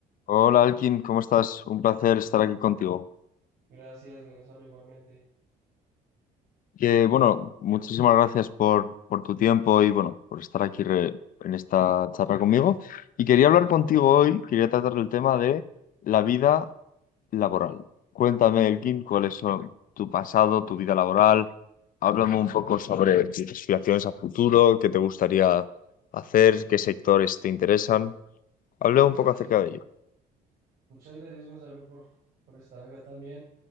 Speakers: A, on the left (about 55°); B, on the right (about 65°).
A: Hola Alkin, ¿cómo estás? Un placer estar aquí contigo.
B: Gracias, Gonzalo, igualmente.
A: Que bueno, muchísimas gracias por, por tu tiempo y bueno, por estar aquí re- en esta charla conmigo. Y quería hablar contigo hoy, quería tratar el tema de la vida laboral. Cuéntame, Elkin, cuál es oh, tu pasado, tu vida laboral. Háblame un poco sobre tus aspiraciones a futuro, qué te gustaría hacer, qué sectores te interesan. Hablé un
B: Gracias.
A: poco acerca
B: Gon-
A: de ello.
B: Muchas gracias, Gonzalo, por, por estar acá también.